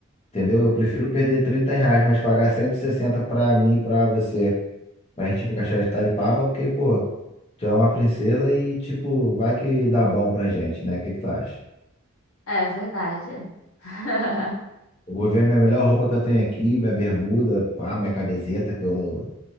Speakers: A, on the left; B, on the left.
A: Entendeu? Eu prefiro perder 30 reais, mas pagar 160 pra mim e pra você. Pra gente, tipo, cachorro de Taipava, porque, pô, tu é uma princesa e, tipo, vai que dá bom pra gente, né? O que que tu acha?
B: É verdade. <laughs>
A: Eu vou ver minha melhor roupa que eu tenho aqui, minha bermuda, pá, minha camiseta, que eu não...